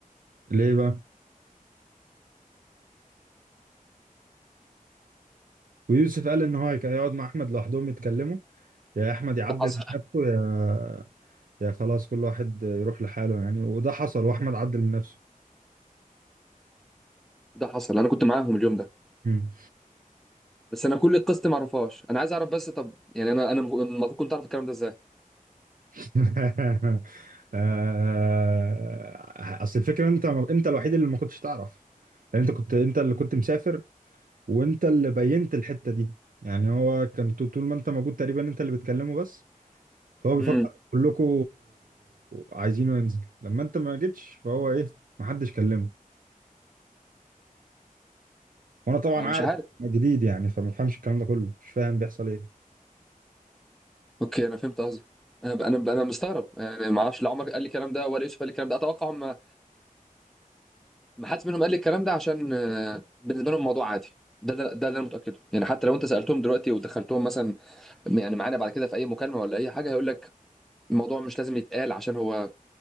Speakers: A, on the right; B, in the centre.
A: ليه بقى ويوسف قال ان هو هيك- هيقعد مع احمد لوحدهم يتكلموا يا احمد يعدل
B: ده حصل
A: من نفسه يا يا خلاص كل واحد يروح لحاله يعني وده حصل واحمد عدل من نفسه
B: ده حصل انا كنت معاهم اليوم ده
A: مم.
B: بس انا كل القصه دي معرفهاش انا عايز اعرف بس طب يعني انا انا المفروض كنت اعرف الكلام ده ازاي
A: <laughs> آه، اصل الفكره انت انت الوحيد اللي ما كنتش تعرف لان انت كنت انت اللي كنت مسافر وانت اللي بينت الحته دي يعني هو كان طو- طول ما انت موجود تقريبا انت اللي بتكلمه بس فهو بيفكر
B: امم
A: كلكم عايزينه ينزل لما انت ما جيتش فهو ايه ما حدش كلمه وانا طبعا
B: انا
A: عارف
B: مش عارف
A: جديد يعني فما بفهمش الكلام ده كله مش فاهم بيحصل ايه
B: اوكي انا فهمت قصدك انا انا انا مستغرب يعني ما اعرفش لا عمر قال لي الكلام ده ولا يوسف قال لي الكلام ده اتوقع هم ما حدش منهم قال لي الكلام ده عشان آه، بالنسبه لهم الموضوع عادي ده ده ده اللي انا متاكده يعني حتى لو انت سالتهم دلوقتي ودخلتهم مثلا يعني معانا بعد كده في اي مكالمه ولا اي حاجه هيقول لك الموضوع مش لازم يتقال عشان هو